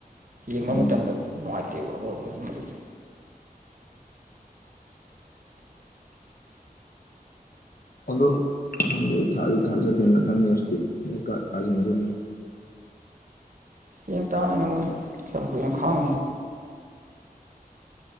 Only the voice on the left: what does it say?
ꯎꯝ
ꯑꯗꯣ ꯍ ꯊꯥꯖ ꯊꯥꯖꯗꯣꯏꯅ ꯊꯝꯃꯤꯔꯁꯤ ꯇꯥꯖꯟꯗ